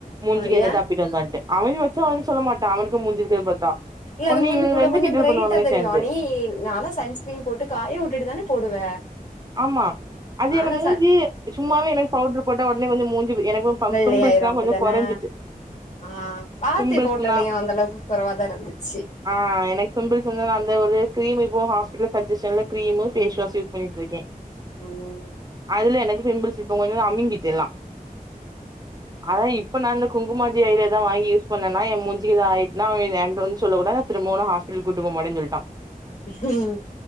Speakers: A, on the right; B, on the left.
A: மூஞ்சிக்கு
B: ஆ
A: என்னத்த
B: ஏ
A: அப்பிட்டு வந்தன்ட்டு அவெங்க வச்சா ஒன்னு சொல்ல மாட்டா அவனுக்கு முஞ்சிருக்கத பாத்தா
B: இல்ல
A: ஒன்னு
B: அது மூஞ்சூ
A: இவனுங்க
B: கூட
A: ரெண்டு
B: கொஞ்ச
A: கிண்டல்
B: ப்ரைட்டா
A: பண்ணுவானுங்க
B: தெரியும்
A: சேந்து
B: நீ நானா ச ன்ஸ்க்ரின் போட்டு காய விட்டுட்டுதானே போடுவ
A: ஆமா அது
B: நானு
A: என்ன மூஞ்சி
B: ச
A: சும்மாவே எனக்கு பவ்ட்டு போட்டா ஒட்னே கொஞ்ச மூஞ்சு எனக்கு பம்
B: வெள்ளை
A: பிம்பிள்ஸ்லா
B: ஆயிரு அப்டிதானே
A: கொஞ்சோ கொறஞ்சிட்டு
B: ஆ பாத்தே
A: பிம்பிள்ஸ்னா
B: ஃபோட்டலயு அந்த அளவுக்கு கொறவாதா இருந்துச்சு
A: ஆ எனக்கு பிம்பிள்ஸ் வந்து நா அந்த ஒரு க்ரீம் இப்போ ஹாஸ்பிடல் சஜ்ஜஷன்ல க்ரீமு ஃபேஸ்
B: ம்
A: வாஷ் யூஸ் பண்ணிட்டு இருக்கே
B: ம்
A: அதுல எனக்கு பிம்பிள்ஸ் இப்ப கொஞ்சோ அமிங்கிட்டு எல்லா அதா இப்ப நா இந்த குங்குமாதி ஏரியல் தா வாங்கி யூஸ் பண்ணேனா எ மூஞ்சு இது ஆயிட்னா இல்லயான்டுன் சொல்ல கூட திரும்பவு நா ஹாஸ்பிடல் கூட்டு போ மாட்டேன்னு சொல்லிட்டா
B: ஹம்